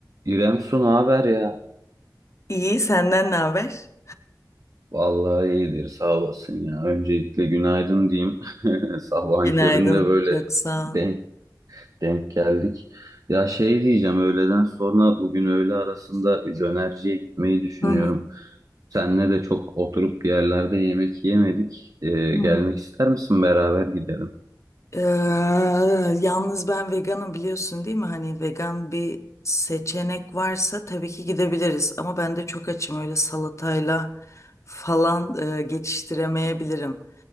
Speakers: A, on the right (about 50°); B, on the left (about 45°).
A: İrem Su ne haber ya?
B: İyi, senden ne haber?
A: Vallahi iyidir sağ olasın ya. Öncelikle günaydın diyeyim. <laughs> Sabahın
B: Günaydın,
A: köründe böyle
B: çok sağ
A: denk,
B: ol.
A: denk geldik. Ya şey diyeceğim öğleden sonra bugün öğle arasında bir dönerciye gitmeyi düşünüyorum.
B: Hı hı,
A: Senle de çok oturup bir yerlerde yemek yemedik. Ee,
B: hı
A: gelmek
B: hı.
A: ister misin beraber gidelim?
B: Ee, yalnız ben veganım biliyorsun değil mi? Hani vegan bir seçenek varsa tabii ki gidebiliriz. Ama ben de çok açım öyle salatayla falan e, geçiştiremeyebilirim.